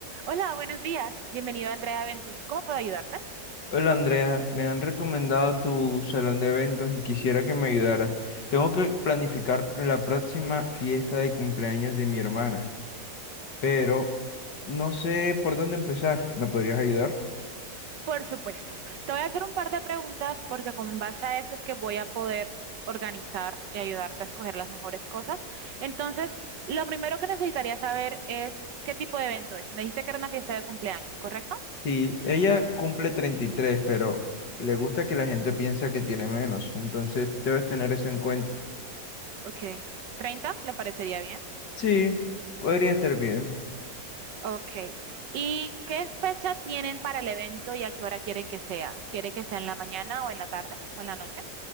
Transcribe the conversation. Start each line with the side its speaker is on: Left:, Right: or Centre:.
Right: Hola, buenos días. Bienvenido a Andrea Ventus. ¿Cómo puedo ayudarte?
Left: Hola Andrea, me han recomendado tu salón de eventos y quisiera que me ayudaras. Tengo que planificar la próxima fiesta de cumpleaños de mi hermana, pero no sé por dónde empezar. ¿Me podrías ayudar?
Right: Por supuesto. Te voy a hacer un par de preguntas porque con base a eso es que voy a poder organizar y ayudarte a escoger las mejores cosas. Entonces, lo primero que necesitaría saber es qué tipo de evento es. Me dijiste que era una fiesta de cumpleaños, ¿correcto?
Left: Sí, ella cumple 33, pero le gusta que la gente piensa que tiene menos, entonces debes tener eso en cuenta.
Right: Ok. Treinta ¿Le parecería bien?
Left: Sí, podría estar bien.
Right: Ok. ¿Y qué fecha tienen para el evento y a qué hora quieren que sea? ¿Quiere que sea en la mañana o en la tarde o en la noche?